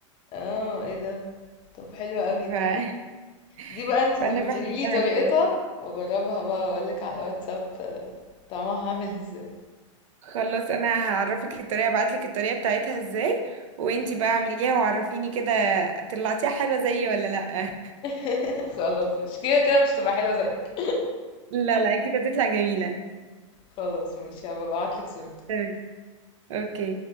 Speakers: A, on the left; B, on the right.
A: اه ايه ده طب حلو قوي
B: ف... <laughs>
A: دي بقى انتي
B: فانا
A: تبقي تقولي
B: بحبها
A: لي طريقتها
B: كده
A: واجربها بقى واقول لك على واتساب طعمها عامل ازاي
B: خلاص انا هعرفك الطريقه ابعتلك الطريقه بتاعتها ازاي وانتي بقى اعمليها وعرفيني كده طلعتيها حلوه زيي ولا لا
A: <laughs> خلاص مش كده كده مش تبقى حلوه زيك
B: لا لا كده بتطلع جميله
A: خلاص ماشي هبقى ابعت لك صورتها
B: تمام اوكي